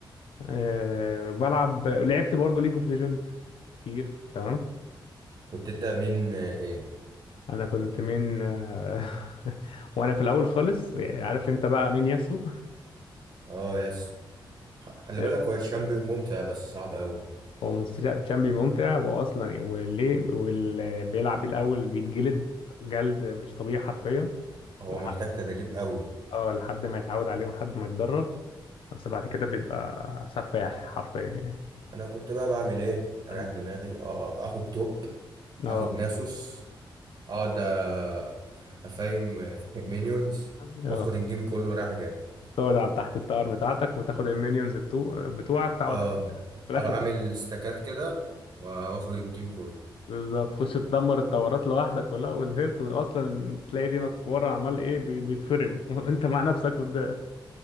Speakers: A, on the left; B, on the right.
A: أه بلعب لعبت برضه ليج اوف ليجند كتير تمام
B: كنت أنت من إيه؟
A: انا كنت من <laughs> وانا في الاول خالص يعني عارف انت بقى مين ياسو
B: آه يس خ- خلي
A: <laughs>
B: بالك هو الشامبيون ممتع بس صعب أوي
A: هو مست- لا، تشامبي ممتع واصلا وليه واللي بيلعب بيه الاول بيتجلد جلد مش طبيعي حرفيا
B: هو
A: لحد
B: محتاج تدريب أوي
A: اه لحد ما يتعود عليه ولحد ما يتدرب بس بعد كده بيبقى سفاح حرفيا يعني
B: انا كنت بقى بعمل ايه اريح
A: مم.
B: دماغي اه آه، اخد توب
A: اه
B: اخد ناسوس اقعد آه، افايم <laughs> مينيونز
A: اه
B: واخد الجيم كله رايح جاي
A: تقعد على تحت التاور بتاعتك وتاخد المينيونز بتو... بتوعك تقعد
B: اه
A: في الاخر
B: أو اعمل استكات كده واخد الجيم كله
A: بالظبط تخش تدمر التورات لوحدك كلها والهيرت واصلا تلاقي دينك ورا عمال ايه بي- بيتفرم <laughs> وانت مع نفسك قدام